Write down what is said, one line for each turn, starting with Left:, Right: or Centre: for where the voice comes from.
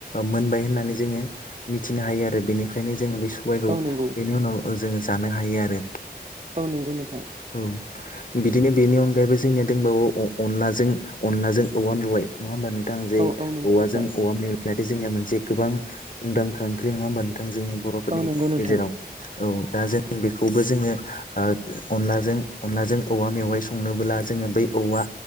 Left: मोनबाय होननानै जोङो मिथिनो हायो आरो बेनिफ्रायनो जोङो बे सबाय
Right: नोंगौ
Left: बेनि उनाव जोङो जानो हायो आरो
Right: औ नंगौ नोंथां
Left: औ बिदिनो बेनि अनगायैबो जोंनिया दंबावो अनलाजों अनलाजों औवा मेवाइ नङा होमबा नोंथां जे
Right: औ औ नंगौ
Left: औवाजों
Right: नोंथां
Left: औवा मे जाहाथे जोंनि मोनसे गोबां मुंदांखा ओख्रि नङा होमबा नोंथां जोंनि बर'फोरनि
Right: औ नंगौ
Left: गेजेराव
Right: नोंथां
Left: औ दा जों बेखौबो जोङो ओ अनलाजों अनलाजों औवा मेवाइ संनोबोब्ला जोङो बै औवा